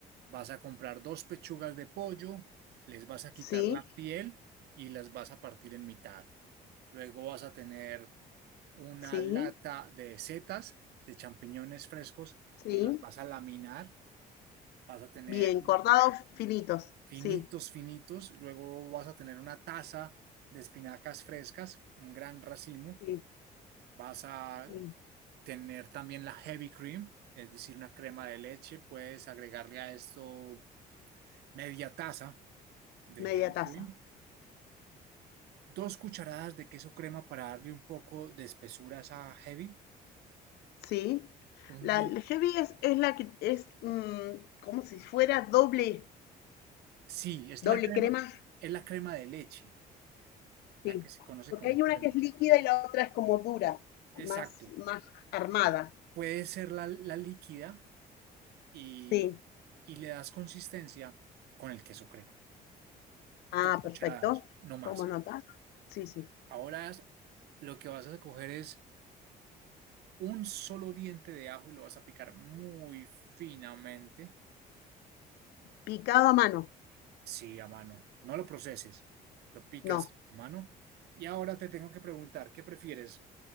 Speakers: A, on the right; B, on the left.
A: vas a comprar dos pechugas de pollo, les vas a quitar
B: sí,
A: la piel y las vas a partir en mitad. Luego vas a tener una
B: sí,
A: lata de setas, de champiñones frescos
B: sí.
A: y los vas a laminar. Vas a tener
B: Bien, cortados finitos.
A: finitos,
B: Sí,
A: finitos. Luego vas a tener una taza de espinacas frescas, un gran racimo.
B: sí,
A: Vas a
B: sí.
A: tener también la heavy cream, es decir, una crema de leche. Puedes agregarle a esto media taza de
B: Media
A: heavy
B: taza.
A: cream, dos cucharadas de queso crema para darle un poco de espesura a esa heavy,
B: Sí.
A: un
B: La
A: diente.
B: el heavy es, es la que es mm, como si fuera doble,
A: Sí, es
B: doble
A: la crema,
B: crema.
A: es la crema de leche, la
B: Sí.
A: que se conoce
B: Porque
A: como
B: hay una
A: crema.
B: que es líquida y la otra es como dura,
A: Exacto.
B: más, más armada.
A: Puede ser la, la líquida, y,
B: Sí.
A: y le das consistencia con el queso crema.
B: Ah,
A: Dos cucharadas,
B: perfecto.
A: no más.
B: Tomo nota. Sí, sí.
A: Ahora lo que vas a coger es un solo diente de ajo y lo vas a picar muy finamente.
B: Picado a mano.
A: Sí, a mano. No lo proceses, lo picas
B: No,
A: a mano. Y ahora te tengo que preguntar, ¿qué prefieres?